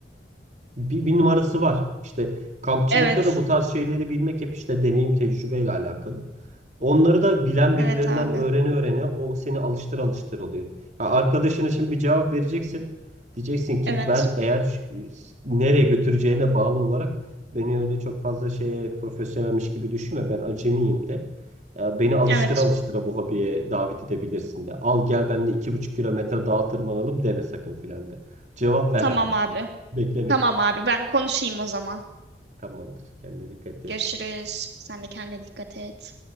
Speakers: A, on the right; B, on the right.
A: bir, bir numarası var. İşte
B: <laughs>
A: kampçılıkta
B: Evet.
A: da bu tarz şeyleri bilmek hep işte deneyim tecrübeyle alakalı. Onları da bilen
B: Evet
A: birilerinden
B: abi.
A: öğrene öğrene o seni alıştır alıştır oluyor. Ha, arkadaşına şimdi bir cevap vereceksin. Diyeceksin ki
B: Evet.
A: ben eğer ş- nereye götüreceğine bağlı olarak beni öyle çok fazla şeye profesyonelmiş gibi düşünme ben acemiyim de. Ya Beni alıştır
B: Evet.
A: alıştıra bu hobiye davet edebilirsin de. Al gel benimle iki buçuk kilometre dağa tırmanalım deme sakın filan de. Cevap ver
B: Tamam
A: hemen.
B: abi.
A: Beklemesin.
B: Tamam abi. Ben konuşayım o zaman.
A: Tamamdır. Kendine dikkat et.
B: Görüşürüz. Sen de kendine dikkat et.